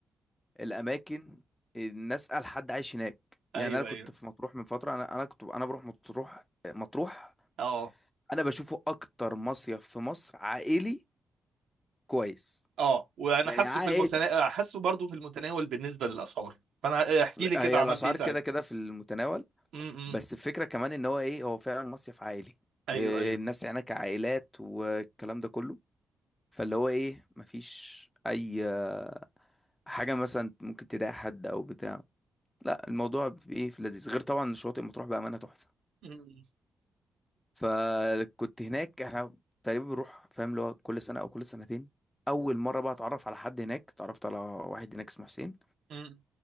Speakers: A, on the left (about 15°); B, on the right (about 75°).
A: الاماكن ان اسال حد عايش هناك يعني
B: ايوه
A: انا كنت
B: ايوه
A: في مطروح من فتره انا انا كنت انا بروح مطروح مطروح
B: اه
A: انا بشوفه اكتر مصيف في مصر عائلي كويس
B: اه وانا
A: يعني
B: حاسه
A: عائلي
B: في المتنا... حاسه برضو في المتناول بالنسبه للاسعار فانا احكي لي كده
A: هي
B: عملت
A: الاسعار
B: ايه ساعتها
A: كده كده في المتناول
B: امم
A: بس الفكرة كمان ان هو ايه هو فعلا مصيف عائلي
B: ايوه
A: إيه،
B: ايوه
A: الناس هناك عائلات والكلام ده كله فاللي هو ايه مفيش اي آه، حاجة مثلا ممكن تضايق حد او بتاع لا الموضوع ايه في لذيذ غير طبعا شواطئ مطروح بأمانة تحفة
B: أمم،
A: فكنت هناك احنا تقريبا بنروح فاهم اللي هو كل سنة او كل سنتين اول مرة بقى اتعرف على حد هناك اتعرفت على واحد هناك اسمه حسين
B: أمم،